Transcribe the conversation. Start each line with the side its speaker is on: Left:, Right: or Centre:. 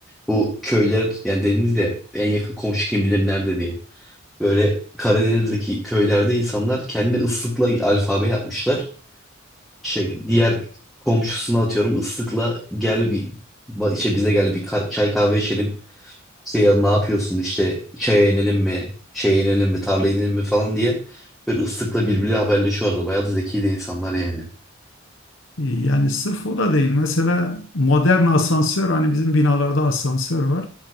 Centre: Bu köyler yani dediniz ya en yakın komşu kim bilir nerede diye. Böyle Karadeniz'deki köylerde insanlar kendi ıslıkla alfabe yapmışlar. Şey, diğer komşusuna atıyorum ıslıkla gel bir ba- işte bize gel bir ka- çay kahve içelim İşte ya ne yapıyorsun işte çaya inelim mi, şeye inelim mi, tarlaya inelim mi falan diye böyle ıslıkla birbiriyle haberleşiyorlardı. Bayağı da zeki de insanlar yani.
Left: Yani sırf o da değil. Mesela modern asansör hani bizim binalarda asansör var.